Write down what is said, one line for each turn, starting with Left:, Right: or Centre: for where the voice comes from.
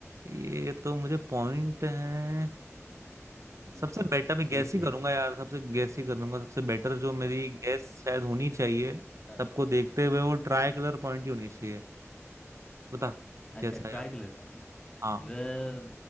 Right: ये तो मुझे पॉइंट है
Left: हम्म
Right: सबसे
Left: हम्म,
Right: बेटर मैं
Left: सोच
Right: गैस ही
Left: ले
Right: करूंगा
Left: <laughs>
Right: यार सबसे गैस ही करूंगा सबसे बेटर जो मेरी गैस शायद होनी चाहिए
Left: अ,
Right: सबको देखते हुए वो
Left: अ,
Right: ट्राई कलर पॉइंट ही होनी चाहिए बता कैसा
Left: अच्छा ट्राई
Right: है यार
Left: कलर पॉइंट
Right: हाँ
Left: वह